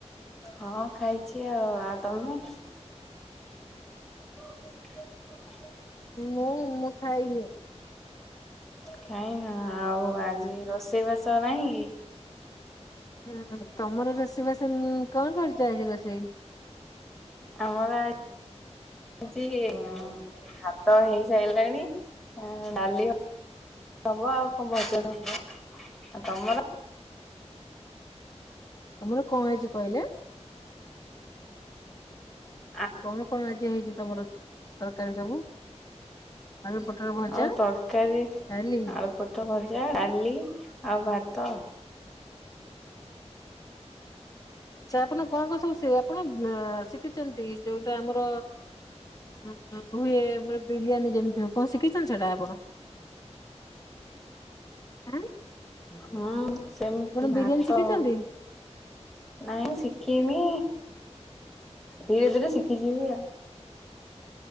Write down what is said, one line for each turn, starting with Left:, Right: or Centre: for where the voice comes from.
Centre: ହଁ ଖାଇଛି ଆଉ ଆଉ ତମେ? ହ
Left: ମୁଁ ମୁଁ ଖାଇନି।
Centre: ଖାଇନ ଆଉ ଆଜି ରୋଷେଇବାସ ନାହିଁ କି?
Left: ହୁଁ ତମର ରୋଷେଇ ବାସ କଣ କରିଛ ଆଜି ରୋଷେଇ?
Centre: ଆମର ଆ ଆଜି ଭାତ ହେଇସାରିଲାଣି ଡାଲି ହ ହବ ଆଉ କଣ ଭଜା ହବ ଆଉ ତମର?
Left: ତମର କଣ ହେଇଛି କହିଲେ?
Centre: ବା
Left: ତମର କଣ ଆଜି ହେଇଛି ତମର ତରକାରୀ ସବୁ? ଆଳୁପୋଟୋଳ ଭଜା
Centre: ଆଉ ତରକାରୀ
Left: ଡାଲି।
Centre: ଆଳୁ ପୋଟଳ ଭଜା ଡାଲି ଆଉ ଭାତ।
Left: ଆଛା ଆପଣ କଣ କଣ ସବୁ ସି ଆପଣ ଶିଖିଛନ୍ତି? ଯୋଉଟା ଆମର ଆମ୍ ଆମ୍ ହୁଏ ଆମର ବିରିୟାନୀ ଯେମିତି ହୁଏ କଣ ଶିଖି ଶିଖି଼ଛନ୍ତି ସେଟା ଆପଣ ହାଁ।
Centre: ହଁ ସେମ୍ ଭାତ
Left: ବିରିୟାନୀ ଶିଖିଛନ୍ତି?
Centre: ନାଇଁ ଶିଖିନି ଧୀରେ ଧୀରେ ଶିଖିଯିବି ଆଉ